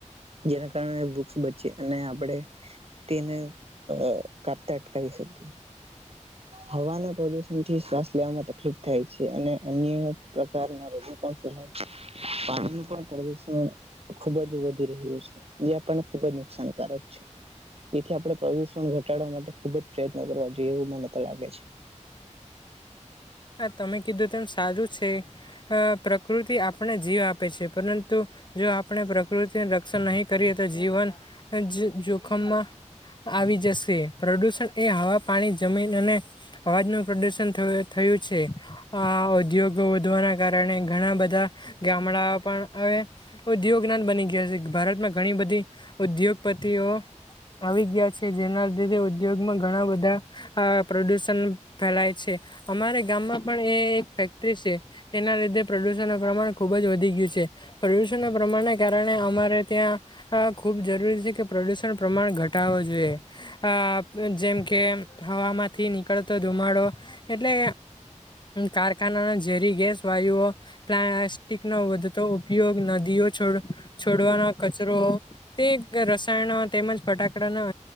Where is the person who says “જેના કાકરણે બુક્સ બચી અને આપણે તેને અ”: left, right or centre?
Right